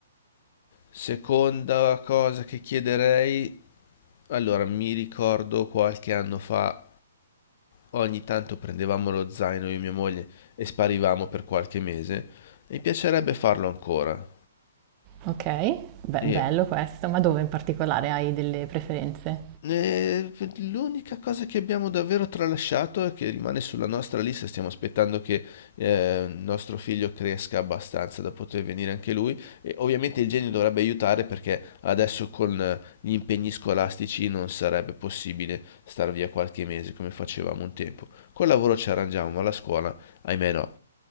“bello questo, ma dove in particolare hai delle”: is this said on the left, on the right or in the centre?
Right